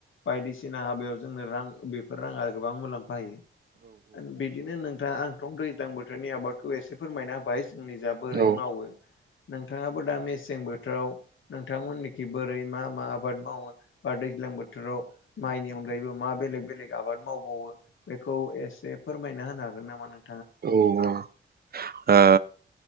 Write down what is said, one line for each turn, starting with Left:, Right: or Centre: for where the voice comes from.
Left: बायदिसिना हाबायाव जोंनो रां राङा गोबां मुलाम्फा होयो बिदिनो नों थां आंथ' दैज्लां बोथोरनि आबादखौ एसे फोरमायना होबाय जोंनिजा बोरै
Right: औ
Left: मावो नोंथाङाबो दा मेसें बोथोराव नोंथांमोननिखि बोरै मा मा आबाद मावो बा दैज्लां ज्लां बोथोराव माइनि अनगायैबो मा बेलेग बेलेग आबाद मावबावो बेखौ एसे फोरमायना होनो हागोन नामा नों
Right: औ औ ओ